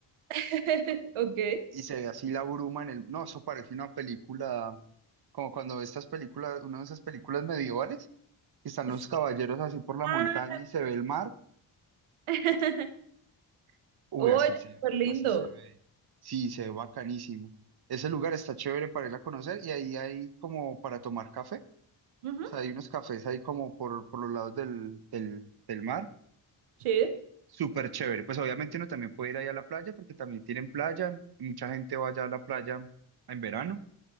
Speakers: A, on the right; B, on the right.
A: <laughs> ok.
B: y se ve así la bruma en el, no, eso parece una película, como cuando ves estas películas, una de esas películas medievales, que están
A: Sí.
B: los caballeros así por la
A: Ah.
B: montaña y se ve el mar
A: <laughs>
B: Uy,
A: Oye,
B: así se,
A: súper lindo.
B: así se ve. Sí, se ve bacanísimo. Ese lugar está chévere para ir a conocer y ahí hay como para tomar café.
A: Ujú,
B: O sea, hay unos cafés ahí como por, por los lados del, del, del mar.
A: Sí,
B: Súper chévere. Pues obviamente uno también puede ir ahí a la playa porque también tienen playa. Mucha gente va allá a la playa en verano.